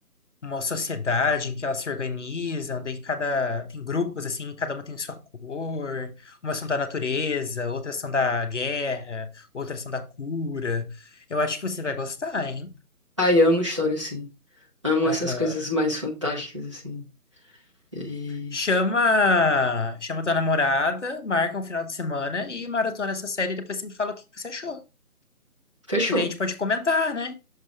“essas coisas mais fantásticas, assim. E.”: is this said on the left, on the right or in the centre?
Right